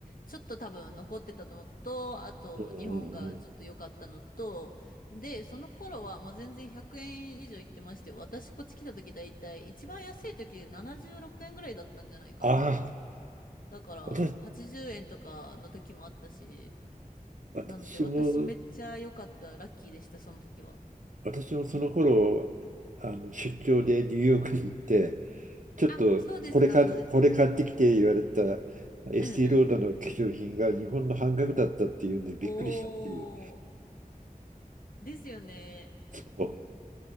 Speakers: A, on the left; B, on the right.
A: ちょっと多分残ってたのと、あと日本がちょっと良かったのと、
B: うんうんうん、
A: で、その頃はもう全然100円以上いってまして、私こっち来た時だいたい一番安い時で76円ぐらいだったんじゃないかな。
B: ああ、
A: だから80円とかの時もあったし、
B: 私、私も、
A: なので私めっちゃ良かった、ラッキーでした、その時は。
B: 私もその頃、あの出張でニューヨークに行って、ちょっとこれか、
A: あ、そうですか、そうですね。
B: これ買ってきて言われたエスティローダーの化粧品が日本の半額だったっていうんでびっくりしたっていう。
A: うんうん。おー、ですよね。
B: そう